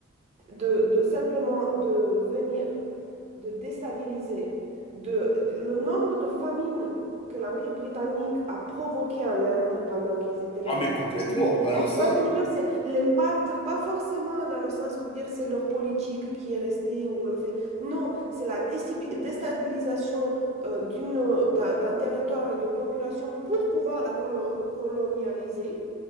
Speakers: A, on the right; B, on the left.
A: de, de simplement de venir, de déstabiliser, de, de- le nombre de famines que l'Empire britannique a provoqué en Inde pendant qu'ils étaient là-bas.
B: Ah mais complètement.
A: ou pour-
B: Alors
A: Et tu
B: ça,
A: vois ce que je veux dire, c'est l'impact, pas forcément dans le sens où dire c'est leur politique qui est restée ou le fait. Non, c'est la déstabi- déstabilisation euh, d'une, d'un, d'un territoire et d'une population pour pouvoir la colo- colonialiser